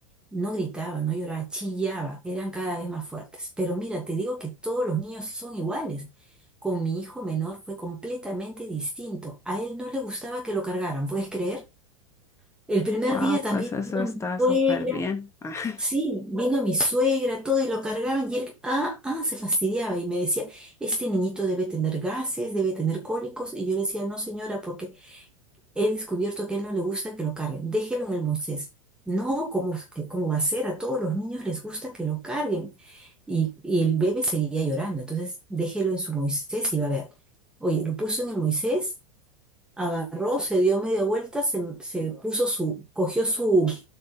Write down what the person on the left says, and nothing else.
Wow,
pues eso
está
súper bien. <laughs>